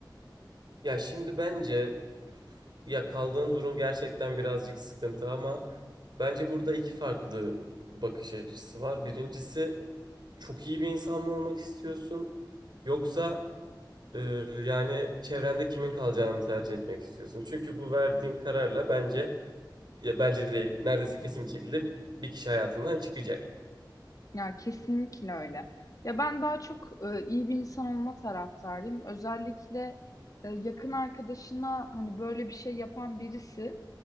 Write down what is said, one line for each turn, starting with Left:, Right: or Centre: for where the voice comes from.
Right: Ya şimdi bence ya kaldığın durum gerçekten birazcık sıkıntı ama bence burada iki farklı bakış açısı var. Birincisi çok iyi bir insan mı olmak istiyorsun yoksa e, yani çevrende kimin kalacağını mı tercih etmek istiyorsun? Çünkü bu verdiğin kararla bence ya bence değil neredeyse kesin bir şekilde bir kişi hayatından çıkacak.
Left: Ya kesinlikle öyle. Ya ben daha çok e, iyi bir insan olma taraftarıyım. Özellikle e, yakın arkadaşına hani böyle bir şey yapan birisi